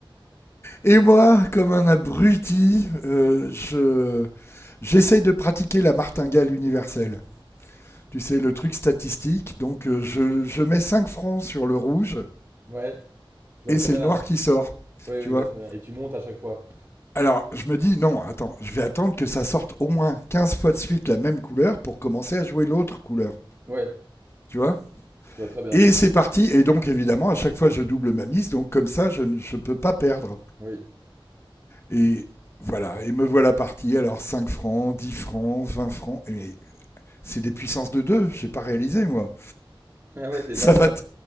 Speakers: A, on the left (about 30°); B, on the right (about 25°).
A: Et moi, comme un abruti, euh, je, j'essaye de pratiquer la martingale universelle. Tu sais, le truc statistique. Donc, euh, je, je mets 5 francs sur le rouge
B: Ouais, je vois
A: et
B: très
A: c'est
B: bien
A: le
B: là.
A: noir qui sort.
B: Oui, oui,
A: Tu vois
B: je vois très bien. Et tu montes à chaque fois.
A: Alors, je me dis, non, attends, je vais attendre que ça sorte au moins 15 fois de suite la même couleur pour commencer à jouer l'autre couleur.
B: Ouais,
A: Tu vois
B: je vois très bien.
A: Et c'est parti. Et donc, évidemment, à chaque fois, je double ma mise. Donc, comme ça, je ne je peux pas perdre.
B: Oui. <laughs>
A: Et voilà. Et me voilà parti. Alors, 5 francs, 10 francs, 20 francs. Et mais c'est des puissances de 2. Je n'ai pas réalisé, moi.
B: Ah ouais, c'est
A: Ça
B: pas
A: va,
B: ça.